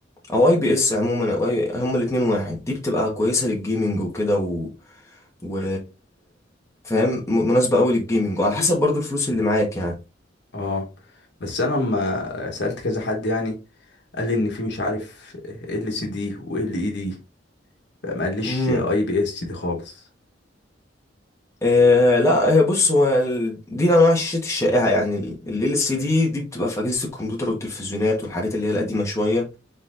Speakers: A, on the left; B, on the left.
A: او اي بي اس عموما او أي... هما الاتنين واحد دي بتبقى كويسة للجيمنج وكده و... و... فاهم م- مناسبة قوي للجيمنج وعلى حسب برضو الفلوس اللي معاك يعني
B: اه بس انا لما سألت كذا حد يعني قال لي ان في مش عارف ال سي دي و ال اي دي ما قاليش
A: مم.
B: اي بي اس دي خالص
A: إيه لا هي بص هو ال- دي انواع الشاشات الشائعه يعني ال ال سي دي دي بتبقى في اجهزه الكمبيوتر والتلفزيونات والحاجات اللي هي القديمه شويه